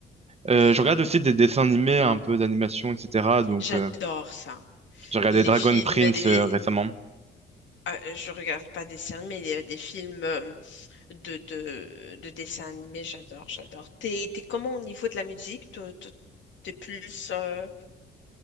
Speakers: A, on the right; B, on the left.
A: Euh,
B: <laughs>
A: je regarde aussi des dessins animés, un peu d'animation, etc. Donc,
B: J'adore
A: euh,
B: ça.
A: j'ai regardé
B: Les
A: Dragon
B: films,
A: Prince
B: des, des-
A: euh, récemment.
B: ah, je regarde pas des séries, mais des, des films euh, de, de, de dessins animés, j'adore, j'adore. T'es, t'es comment au niveau de la musique? Toi, toi, T'es plus euh,